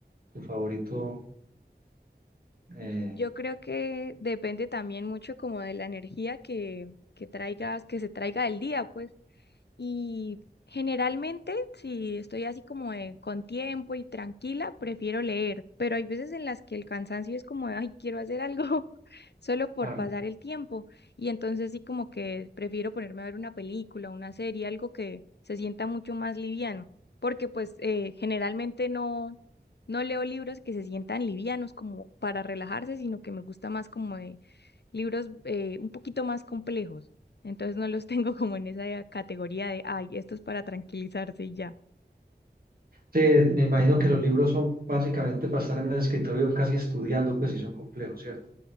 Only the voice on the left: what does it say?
Y- Yo creo que depende también mucho como de la energía que, que traigas, que se traiga el día, pues. Y generalmente, si estoy así como de- con tiempo y tranquila, prefiero leer, pero hay veces en las que el cansancio es como, de, ay, quiero hacer algo, solo por
pasar el tiempo. Y entonces sí como que prefiero ponerme a ver una película, una serie, algo que se sienta mucho más liviano, porque pues eh, generalmente no, no leo libros que se sientan livianos como para relajarse, sino que me gusta más como de libros eh, un poquito más complejos. Entonces no los <laughs> tengo como en esa categoría de, ay, esto es para tranquilizarse y ya.